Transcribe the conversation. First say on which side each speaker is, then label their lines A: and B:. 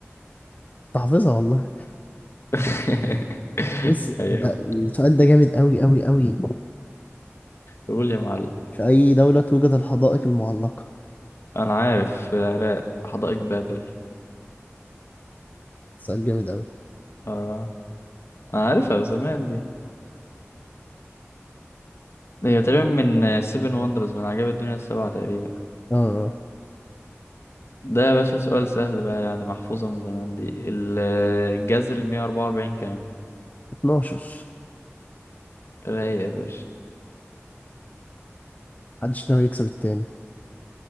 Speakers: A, on the left (about 35°); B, on the left (about 60°).
A: تحفظها والله
B: <laughs>
A: بص
B: ايوه
A: ده السؤال ده جامد أوي أوي أوي
B: قول يا معلم
A: في أي دولة توجد الحدائق المعلقة
B: انا عارف في العراق حدائق بابل
A: سؤال جامد أوي
B: اه انا عارفها بزمان دي هي تقريبا من سيفن وندرز من عجائب الدنيا السبعة تقريبا
A: آه
B: ده يا باشا سؤال سهل بقى يعني محفوظة من زمان دي ال- الجذر المية أربعة وأربعين كام؟
A: 12
B: رايق يا باشا
A: محدش ناوي يكسب التاني